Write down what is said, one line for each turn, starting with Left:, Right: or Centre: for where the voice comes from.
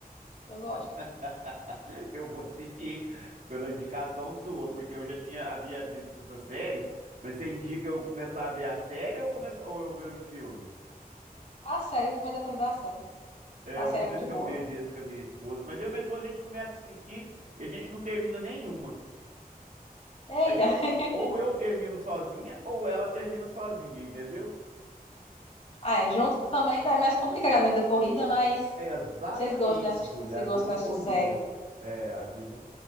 Left: Eu gosto.
Right: <laughs> Eu vou assistir pela indicação sua, porque eu já tinha havia visto essa série, mas você indica eu começar a ver a série ou, começar, ou eu ver o filme?
Left: A série, filme é depois da série.
Right: É,
Left: A
Right: eu
Left: série
Right: vou
Left: é
Right: ver
Left: muito
Right: se
Left: boa.
Right: eu vejo esse com a minha esposa. Mas eu e minha esposa, a gente começa a assistir e a gente não termina nenhuma.
Left: Eita!
Right: Aí, eu-
Left: <laughs>
Right: ou eu termino sozinha, ou ela termina sozinha, entendeu?
Left: Ah, é, junto também tá mais complicado, né? Da corrida, mas
Right: É exatamente,
Left: vocês gostam de assistir,
Right: Júlia,
Left: vocês
Right: a
Left: gostam
Right: vida
Left: de
Right: corrida.
Left: assistir série.
Right: É, a vida.